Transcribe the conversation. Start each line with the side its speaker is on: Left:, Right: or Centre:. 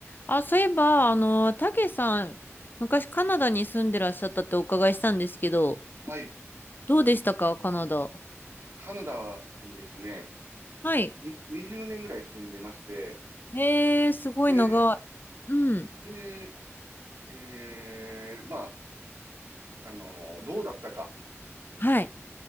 Left: あ、そういえば、あの、たけさん、昔カナダに住んでらっしゃったってお伺いしたんですけど、
Right: はい。
Left: どうでしたか、カナダ。
Right: カナダにですね、
Left: はい。
Right: に20年ぐらい住んでまして、
Left: えー、すごい長い。
Right: で、
Left: うん。
Right: で、えー、まあ、あの、どうだったか。
Left: はい。